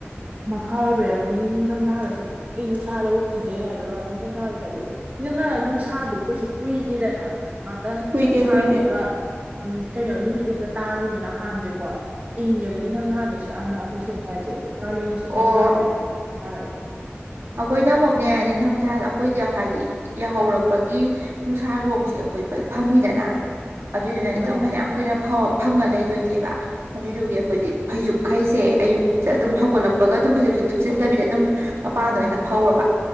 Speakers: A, on the right (about 35°); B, on the right (about 65°).
A: <unintelligible> ꯑꯩ ꯅꯨꯡꯁꯥꯗꯕꯨ ꯐꯨꯖꯩ ꯍꯥꯏꯕꯒꯤ ꯋꯥꯅꯤ ꯅꯤꯡꯊꯝꯊꯥ ꯆꯒꯦ ꯏꯅꯝꯃ ꯅꯨꯡꯁꯥꯗꯨ ꯀꯩꯁꯨ ꯀꯨꯏꯗꯦꯗꯅ ꯉꯍꯥꯇꯪ
B: ꯀꯨꯏꯗꯦ
A: ꯁꯠ ꯁꯥꯔꯝꯃꯒ
B: ꯀꯨꯏꯗꯦ
A: ꯎꯝ ꯀꯩꯅꯣ ꯅꯨꯃꯤꯠ ꯍꯦꯛꯇ ꯇꯥꯒꯤꯕꯅ ꯍꯥꯟꯕꯩꯀꯣ ꯏꯪꯉꯦꯕ ꯅꯤꯡꯊꯝꯊꯥ ꯑꯗꯨꯁꯨ ꯌꯥꯝꯅ ꯑꯩꯈꯣꯏ ꯁꯣꯝ ꯁꯥꯏꯗꯁꯦ ꯑꯗꯣ ꯀꯥꯂꯦꯟꯅꯁꯨ <unintelligible>
B: ꯑꯣ
A: ꯇꯥꯔꯦ
B: ꯑꯩꯈꯣꯏꯅ ꯑꯃꯨꯛꯅꯦ ꯅꯤꯡꯊꯝꯊꯥ ꯑꯩꯈꯣꯏꯗꯤ ꯍꯥꯏꯗꯤ ꯌꯥꯍꯧꯔꯛꯄꯒꯤ ꯅꯨꯡꯁꯥꯔꯣꯝꯁꯦ ꯑꯩꯈꯣꯏ ꯐꯪꯉꯤꯗꯅ ꯑꯗꯨꯏꯗꯨꯅꯅꯦ ꯑꯗꯨꯝ
A: ꯑꯥ
B: ꯐꯅꯌꯥꯝ ꯀꯨꯢꯅꯐꯥꯎ ꯐꯪꯉ ꯂꯩꯗꯣꯏꯅꯦꯕ ꯑꯗꯨꯏꯗꯨꯒꯤ ꯑꯩꯈꯣꯏꯗꯤ ꯐꯩꯖꯨꯞꯈꯩꯁꯦ ꯑꯌꯨꯛ ꯑꯗꯨꯝ ꯍꯧꯒꯠꯂꯛꯄꯒ ꯑꯗꯨꯝ ꯐꯩꯖꯨꯞꯁꯦ ꯊꯨꯞꯆꯤꯟꯗꯕꯤꯗ ꯑꯗꯨꯝ ꯃꯄꯥꯟꯗ ꯑꯣꯏꯅ ꯐꯧꯔꯕ